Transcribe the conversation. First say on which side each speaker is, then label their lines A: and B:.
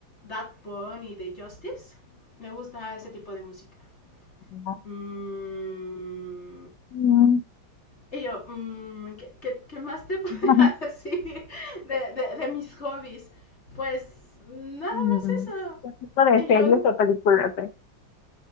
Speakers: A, on the left (about 35°); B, on the left (about 70°).
A: That Bunny y de Justice. Me gusta ese tipo de música.
B: No.
A: Mm,
B: Mm,
A: y yo, mm, ¿qué, qué, qué más te <laughs> podría
B: <laughs>
A: decir de, de- de mis hobbies? Pues nada
B: mm,
A: más eso.
B: ¿Qué tipo de
A: Y
B: series
A: yo,
B: o películas? ves?